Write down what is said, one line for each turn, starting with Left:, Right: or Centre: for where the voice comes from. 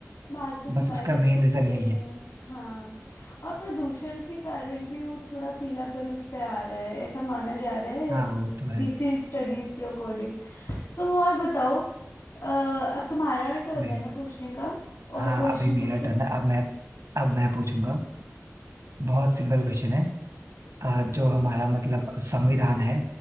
Left: बात तो तुम्हारी
Right: बस उसका
Left: एकदम
Right: मेन रीजन
Left: सही
Right: यही
Left: है
Right: है
Left: हाँ और प्रदूषण के कारण भी वो थोड़ा पीलापन उस पे आ रहा है ऐसा माना जा रहा है
Right: हाँ वो तो है
Left: रिसेंट स्टडीज के अकॉर्डिंग तुम और बताओ अ, अब तुम्हारा टर्न
Right: कोई
Left: है
Right: नहीं
Left: ना पूछने का
Right: हाँ
Left: और क्वेश्चन
Right: अभी मेरा
Left: पूछो
Right: टर्न है अब मैं अब मैं पूछूंगा बहुत सिंपल क्वेश्चन है आ, जो हमारा मतलब संविधान है